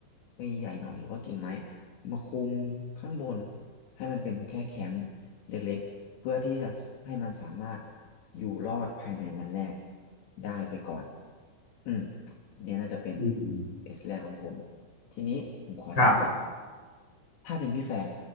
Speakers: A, on the left; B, on the left.
A: ใบใหญ่หน่อยหรือว่ากิ่งไม้มาคุมข้างบนให้มันเป็นแค่แคมป์ เล็กๆ เพื่อที่จะให้มันสามารถอยู่รอดภายในวันแรกได้ไปก่อน อืมเนี่ยน่าจะเป็น
B: ำอืม
A: เอสแรกของผม ทีนี้ผมขอถามกลับ
B: ครับ
A: ถ้าเป็นพี่แฟร์